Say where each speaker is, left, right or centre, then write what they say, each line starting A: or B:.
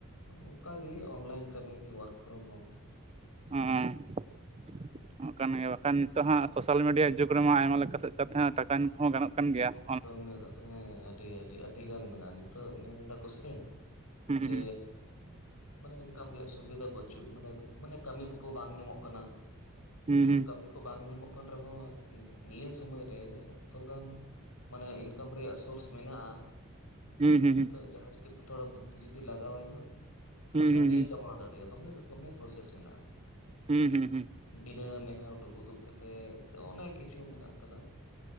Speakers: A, on the left; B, on the right.
A: ᱚᱱᱠᱟᱜᱤ ᱚᱱᱞᱟᱭᱤᱱ ᱠᱟᱹᱢᱤ ᱜᱤ ᱳᱣᱟᱨᱠ ᱯᱷᱨᱚᱢ ᱦᱳᱢ ᱾
B: ᱟᱪᱪᱷᱟ ᱾
A: <inaudible>
B: ᱱᱚᱜ ᱠᱟᱱ ᱜᱮᱭᱟ ᱵᱟᱠᱷᱟᱱ ᱱᱤᱛᱚᱜ ᱦᱟᱸᱜ ᱥᱳᱥᱟᱞ ᱢᱤᱰᱤᱭᱟ ᱡᱩᱜᱽ ᱨᱮᱢᱟ ᱟᱭᱢᱟ ᱞᱮᱠᱟ ᱥᱮᱫ ᱠᱟᱛᱮ ᱦᱚᱸ ᱴᱟ <unintelligible> ᱠᱚᱦᱚᱸ ᱜᱟᱱᱚᱜ ᱠᱟᱱ ᱜᱮᱭᱟ ᱾
A: ᱫᱚᱢᱮ ᱫᱚ ᱦᱮᱸ ᱟᱹᱰᱤ ᱟᱹᱰᱤ ᱟᱹᱰᱤ ᱜᱟᱱ ᱢᱮᱱᱟᱜ ᱞᱮ ᱱᱤᱛᱚᱜ ᱢᱮᱱ ᱮᱫᱟ ᱠᱚᱥᱮ ᱾ ᱡᱮᱻ
B: ᱦᱚᱸ ᱦᱩᱸ
A: ᱢᱟᱱᱮ ᱤᱱᱠᱟᱢ ᱨᱮᱭᱟᱜ ᱥᱩᱵᱤᱫᱷᱟ ᱵᱟᱹᱪᱩᱜ ᱢᱟᱱᱮ ᱢᱟᱱᱮ ᱠᱟᱹᱢᱤ ᱠᱚ ᱵᱟᱝ ᱧᱟᱢᱚᱜ ᱠᱟᱱᱟ ᱠᱤᱱᱛᱩ
B: ᱦᱩᱸ
A: ᱠᱟᱹᱢᱤ ᱠᱚ ᱵᱟᱝ ᱧᱟᱢᱚᱜ ᱠᱟᱱ ᱨᱮᱦᱚᱸ ᱱᱤᱭᱟᱹ ᱥᱚᱢᱚᱭ ᱨᱮ ᱡᱚᱛᱚ ᱜᱟᱱ ᱢᱟᱱᱮ ᱤᱱᱠᱟᱢ ᱨᱮᱭᱟᱜ ᱥᱳᱨᱥ ᱢᱮᱱᱟᱜᱼᱟ ᱾
B: ᱦᱩᱸ
A: ᱢᱟᱱᱮ
B: ᱦᱩᱸ
A: ᱱᱤᱛᱚᱜ
B: ᱦᱩᱸ
A: ᱡᱟᱦᱟᱸᱭ ᱡᱩᱫᱤ ᱛᱷᱚᱲᱟ ᱵᱩᱫᱽᱫᱷᱤ ᱡᱩᱫᱤ ᱞᱟᱜᱟᱣᱟᱭ ᱵᱟᱝ ᱾
B: ᱦᱩᱸ
A: ᱛᱚ
B: ᱦᱩᱸ
A: ᱵᱷᱟᱹᱜᱤ
B: ᱦᱩᱸ ᱦᱩᱸ
A: ᱠᱟᱢᱟᱣ ᱫᱟᱲᱮᱭᱟᱜᱼᱟ ᱫᱚᱢᱮ ᱫᱚᱢᱮ ᱯᱨᱚᱥᱮᱥ ᱢᱮᱱᱟᱜᱼᱟ
B: ᱦᱩᱸ
A: ᱾
B: ᱦᱩᱸ ᱦᱩᱸ ᱦᱩᱸ
A: ᱵᱤᱱᱟᱹ ᱢᱮᱦᱱᱚᱛ ᱩᱫᱩᱜ ᱠᱟᱛᱮᱜ ᱥᱮ ᱚᱱᱮᱠ ᱠᱤᱪᱷᱩ ᱢᱮᱱᱟᱜ ᱟᱠᱟᱫᱟ ᱾